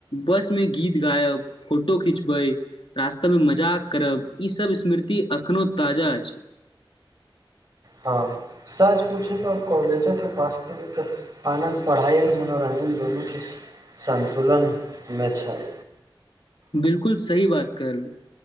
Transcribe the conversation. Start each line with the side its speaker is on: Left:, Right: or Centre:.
Left: बस में गीत गायब फोटो खिचबै। रास्ता मे मजाक करब ईसभ स्मृति अखनो ताजा अछि।
Right: हँ सझ पूछू त कॉलेजाे पास तऽ एक आनन्द पढ़ाइ आओर मनोरञ्जन दुनूके सन्तुलनमे छल।
Left: बिलकुल सही बात कहलु।